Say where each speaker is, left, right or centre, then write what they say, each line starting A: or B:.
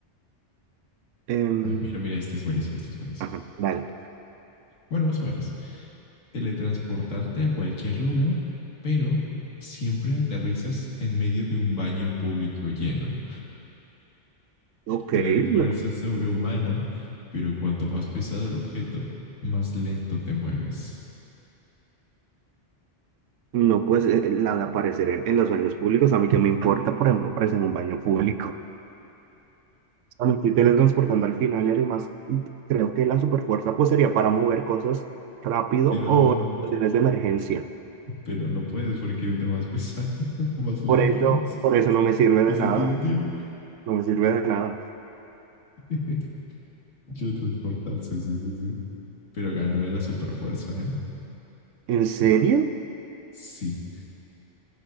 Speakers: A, on the right (about 85°); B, on the left (about 85°).
A: Em,
B: Ah, mira, mira, este es buenísimo, este es buenísimo.
A: ajá, vale.
B: Bueno, más o menos. teletransportarte a cualquier lugar, pero siempre aterrizas en medio de un baño público lleno.
A: Ok,
B: Tener fuerza
A: no,
B: sobrehumana, pero cuanto más pesado el objeto, más lento te mueves.
A: no, pues eh, la de aparecer en, en los baños públicos, a mí que me importa, por ejemplo, aparecer en un baño público. O sea, me estoy teletransportando al final y además mm, creo que la superfuerza pues sería para mover cosas rápido
B: Pero,
A: o en situaciones de emergencia.
B: pero no puedes porque entre más <laughs> pesado, más lento
A: Por eso,
B: vas.
A: por eso no me sirve
B: ¿Qué
A: de
B: sentido
A: nada,
B: tiene?
A: no me sirve de nada.
B: <laughs> Hecho de transportarse, sí, sí, sí. Pero ganó la superfuerza, ¿eh?
A: ¿En serio?
B: Sí.